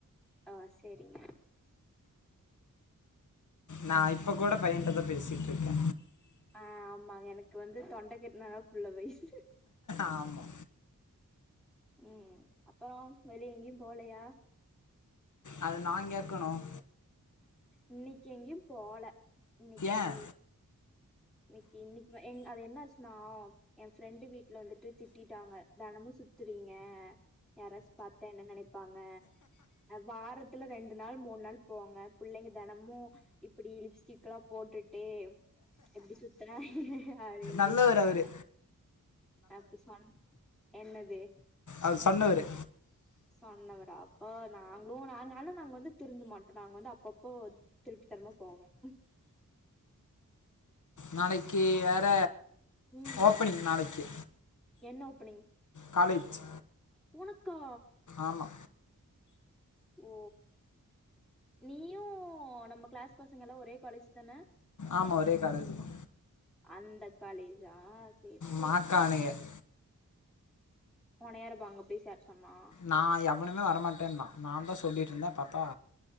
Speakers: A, in the centre; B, on the left (about 65°).
A: ஆ செரிங்க
B: நா இப்ப கூட பையன்ட்டுதா பேசிட்ருக்கே
A: ஆ ஆமா எனக்கு வந்து தொண்ட கட்னாதா புள்ள வயசு
B: ஆமா
A: ம் அப்புறம் வெளிய எங்கியும் போலையா
B: அது நா கேக்கனும்
A: இன்னிக்கி எங்கியும் போல இன்னிக்கி
B: ஏன்
A: இன்னிக்கி இன்னிக் எங் அது என்னாச்சினா என் ஃப்ரண்டு வீட்ல வந்துட்டு திட்டிட்டாங்க தெனமும் சுத்துறீங்க யாராச்சி பாத்தா என்ன நெனப்பாங்க வாரத் துல ரெண்டு நாள் மூணு நாள் போவங்க புள்ளைங்க தெனமும் இப்டி லிப்ஸ்டிக்கல்லாம் போட்டுட்டு எப்டி சுத்தனா அப்டி இப்டி
B: நல்லவர்
A: சொன்னாங்க
B: அவர்
A: அப்ப சொன் என்னாது
B: அது சொன்னவரு
A: சொன்னவரா ஆ நாங்களும் நாங்க ஆனா நாங்க வந்து திருந்து மாட்டோம் நாங்க வந்து அப்பப்போ திருட்டுதனமா போவோம்
B: நாளைக்கி வேற
A: ம்
B: ஓப்பனிங் நாளைக்கி
A: என்ன ஓப்பனிங்
B: காலேஜ்
A: உனக்கா
B: ஆமா
A: ஓ நீயும் நம்ம கிளாஸ் பசங்கல்லா ஒரே காலேஜி தான
B: ஆமா ஒரே காலேஜிதா
A: அந்த காலேஜா சேரி சேரி
B: மாக்கானையர்
A: ஒனையாரு இப்ப அங்க பேசி சேர சொன்னா
B: நா எவனுமே வரமாட்டேன்னா நான்தா சொல்லட்டிருந்த பாத்தா